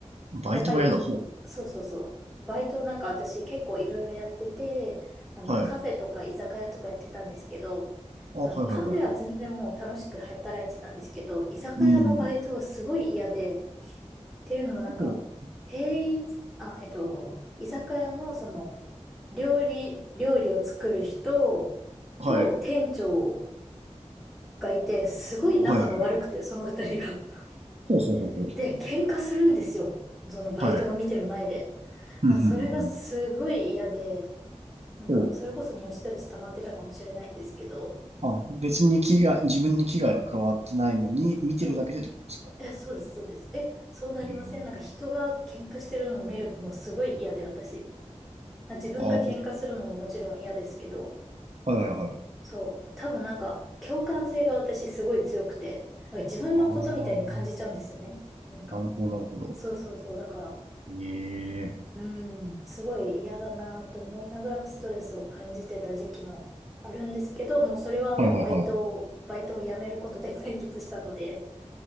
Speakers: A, on the right; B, in the centre.
A: バイトが嫌だ。
B: やっぱり、
A: ほう。
B: そうそうそう、バイトなんか私結構いろいろやってて、あの、
A: はい。
B: カフェとか居酒屋とかやってたんですけど、
A: あ、
B: なんかカフェは全然もう楽しく働いてたんですけど、
A: はいはいはい。
B: 居酒屋のバイトがすごい嫌で、
A: うーん。
B: っていうのもなんか、
A: ほう。
B: 店員、あ、えっと、居酒屋のその、料理、料理を作る人
A: はい。
B: と店長がいて、すごい仲が悪くて、
A: はいはい。
B: その二人が。<laughs>
A: ほうほうほうほう。
B: で、喧嘩するんですよ。そのバイトが見てる前で。
A: はい。ふんふんふんふん。
B: もうそれがすごい嫌で、なんか、
A: ほう。
B: それこそもうストレス溜まってたかもしれないんですけど、
A: あ、別に危害、自分に危害は加わってないのに、見てるだけでってことですか
B: そう、え、そうです、そうです。え、そうなりませんなんか人が喧嘩してるのを見るのすごい嫌で、
A: えー、
B: 私。自分が喧嘩するのももちろん嫌ですけど、
A: ああぼ、はいはいはい。
B: そう、多分なんか、共感性が私すごい強くて、なんか自分のことみたいに感じちゃうんですよね。
A: ああ
B: なんか、
A: なるほど、なるほど。
B: そうそうそう、だから、
A: ええ。
B: うん、すごい嫌だなと思いながらストレスを感じてた時期もあるんですけど、もうそれはもうバイトを、
A: はいはいはい。
B: バイトを辞めることで解決したので、